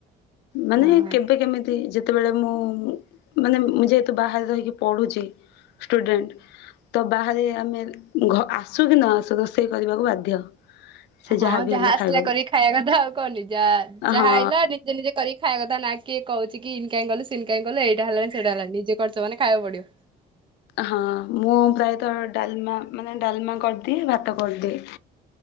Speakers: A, on the left; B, on the right.
A: ମାନେ
B: ଆଁ
A: କେବେ କେମିତି ଯେତେବେଳେ ମୁଁ ମାନେ ମୁଁ ଯେହେତୁ ବାହାରେ ରହିକି ପଢୁଚି। ଷ୍ଟୁଡେଣ୍ଟ ତ ବାହାରେ ଫ୍ୟାମିଲ ଘ ଆସୁ କି ନ ଆସୁ ରୋଷେଇ କରିବାକୁ ବାଧ୍ୟ। ସେ
B: ହଁ
A: ଯାହାବି
B: ଯାହା
A: ହେଲେ
B: ଆସିଲା
A: ଖାଇବାକୁ
B: କରିକି ଖାଇଆ କଥା ଆଉ କଣ ନିଜା ଯାହା
A: ହଁ
B: ଆଇଲା ନିଜେ ନିଜେ କରି ଖାଇଆ କଥା ନାଇଁ କିଏ କହୁଛି କି ଇନ କାଇଁ କଲୁ ସିିନ କାଇଁ କଲୁ ଏଇଟା ହେଲାନି ସେଇଟା ହେଲାନି ନିଜେ କରୁଚ ମାନେ ଖାଇଆକୁ ପଡିବ।
A: ହଁ ମୁଁ ପ୍ରାୟତ ଡାଲମା ମାନେ ଡାଲମା କରିଦିଏ, ଭାତ କରିଦିଏ।